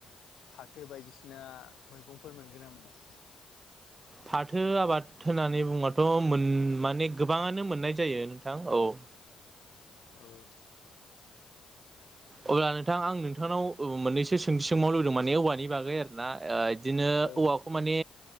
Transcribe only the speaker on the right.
फाथो आबाद होननानै बुङाथ‌ मोन माने गोबाङानो मोननाय जायो नोंथां औ <inaudible>
अब्ला नोंथां आं नोंथांनाव ओब मोननैसो सोंथि सोंबावनोलुदों माने औवानि बागै आर ना ओइद दिनो
औवाखौ माने